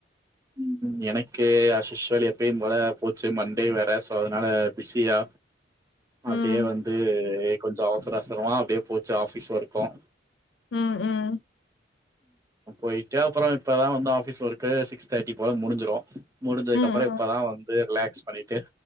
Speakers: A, on the right; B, on the left.
A: உம் எனக்கு அஸ்யூஸ்வல் எப்பயும் போல போச்சு மண்டே வேற சோ அதனால பிஸியா அப்டியே
B: ம்
A: வந்து கொஞ்சம் அவசர ஆவசரமா அப்படியே போச்சு ஆபிஸ் ஒர்க்கும்
B: உம் உம்
A: போய்ட்டு அப்புறம் இப்பதான் வந்து ஆபீஸ் ஒர்க் சிக்ஸ் தேர்டி போல முடிஞ்சிரும் முடிஞ்சது
B: ம்
A: அப்புறம்
B: ம்
A: இப்போதான் வந்து ரிலாக்ஸ் பண்ணிட்டு